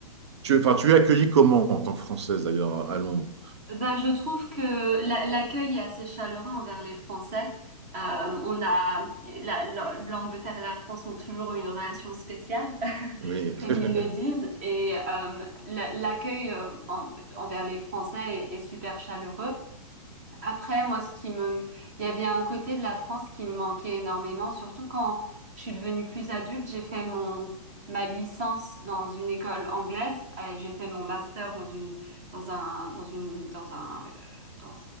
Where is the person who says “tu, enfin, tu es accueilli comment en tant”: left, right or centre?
Right